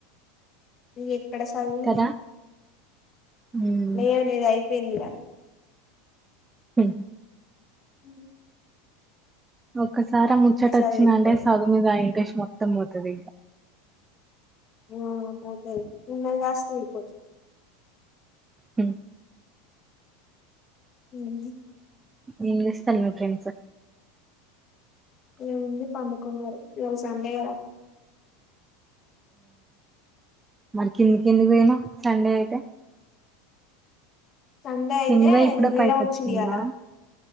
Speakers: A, on the left (about 35°); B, on the right (about 15°).
A: ఏ ఎక్కడ సదువు
B: కదా ఉమ్
A: లేదు లేదా అయితే <unintelligible>
B: స
A: అ
B: ఒక్కసారి ముచ్చట
A: చదువు
B: వచ్చిందంటే
A: ఎక్కదు
B: చదువు మీద ఇంట్రెస్ మొత్తం పోతది ఇంకా
A: ఆ పోతది ఉన్నది కాస్త ఊడిపోతుంది
B: హ
A: హ
B: ఏం చేస్తాం మీ ఫ్రెండ్స్
A: ఏంది పడుకున్నారు ఇజు సండే గ
B: మరి కింది కిందికి పాయినవ్ సండే అయితే
A: సండే అయితే
B: కిందికి పోయి ఇప్పుడే
A: మేడమ్
B: పైకి
A: వచ్చింది
B: వచ్చినవా
A: ఇయ్యాల